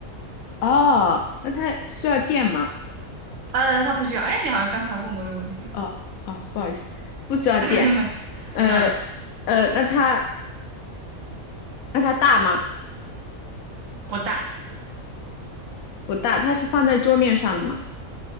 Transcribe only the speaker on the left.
哦，那它需要电吗？
哦哦，不好意思，不需要电。
呃呃，
那它那它大吗？
不大，它是放在桌面上的吗？